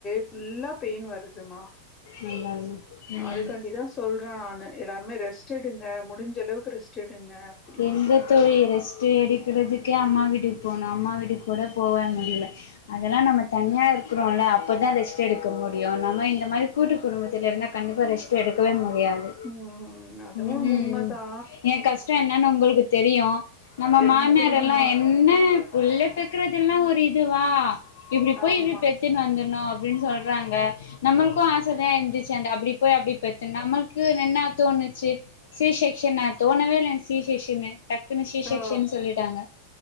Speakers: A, on the left; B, on the left.
A: ஃபுல்லா பெயின் வருதுமா
B: நல்லால்ல ம்
A: அதுக்காண்டிதா சொல்றே நானு எல்லாருமே ரெஸ்ட் எடுங்க முடிஞ்சளவுக்கு ரெஸ்ட் எடுங்க அப்டின்ட்டு
B: எங்க தோழி ரெஸ்ட்டே எடுக்கிறதுக்கே அம்மா வீட்டுக்கு போணு அம்மா வீட்டுக்கூட போவே முடில அதெல்லா நம்ம தனியா இருக்கிறோல அப்போதா ரெஸ்ட் எடுக்க முடியு நம்ம இந்த மாரி கூட்டு குடும்பத்துல இருந்தா கண்டிப்பா ரெஸ்ட் எடுக்கவே முடியாது
A: ம் அதுவு
B: ம்
A: உண்மதா
B: ஏ கஷ்டோ என்னன் உங்களுக்கு தெரியு நம்ம
A: தெரியு
B: மாமியார்
A: தெரியுமா
B: எல்லா என் என்ன புள்ள பெக்குறதுல்லா ஒரு இதுவா இப்டி போயி
A: ஆமா
B: இப்டி பெத்துன்னு வந்துணூ அப்டின் சொல்றாங்க நம்மளுக்கூ ஆச தா எந்திரிச் சி அப்டி போய் அப்டி பெத்துனு நமளுக்கு என்ன தோணுச்சி சி செக்க்ஷனா தோணவேயில்ல சீ செக்க்ஷனு டக்குன்னு சீ செக்க்ஷன்
A: ஓ
B: சொல்லிட்டாங்க